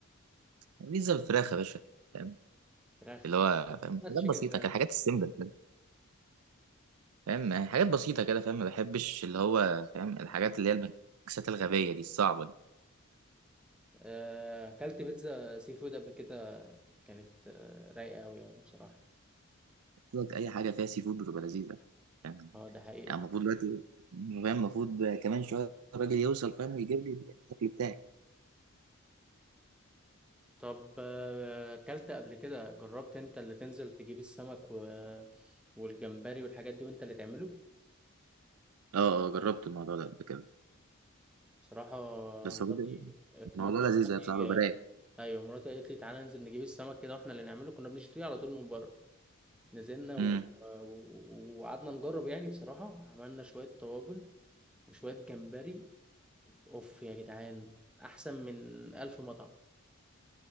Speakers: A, on the right; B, in the centre.
A: بيتزا بالفراخ يا باشا فاهم
B: فراخ
A: اللي هو فاهم
B: ما تشيكن
A: حاجات بسيطة
B: فراخ
A: كده حاجات السيمبل كده فاهم يعني حاجات بسيطة كده فاهم ما بحبش اللي هو فاهم الحاجات اللي هي الميكسات الغبية دي الصعبة دي
B: آه، اكلت بيتزا سي فود قبل كده كانت آه، رايقة قوي يعني بصراحة
A: قلت لك أي حاجة فيها سي فود بتبقى لذيذة فاهم؟
B: اه ده حقيقة
A: يعني
B: ف...
A: المفروض دلوقتي فاهم المفروض كمان شوية الراجل يوصل فاهم يجيب لي الأكل بتاعي
B: طب آه، اكلت قبل كده جربت انت اللي تنزل تجيب السمك و... والجمبري والحاجات دي وانت اللي تعمله
A: أه أه جربت الموضوع ده قبل كده
B: بصراحة
A: بس
B: مراتي
A: هو كده
B: في
A: الموضوع
B: مرة مراتي
A: لذيذ يا بصراحه برايق
B: آه، ايوه مراتي قالت لي تعالى ننزل نجيب السمك كده واحنا اللي نعمله كنا بنشتريه على طول من بره نزلنا و-
A: امم
B: و- وقعدنا نجرب يعني بصراحة عملنا شوية طواجن وشوية جمبري اوف يا جدعان احسن من ألف مطعم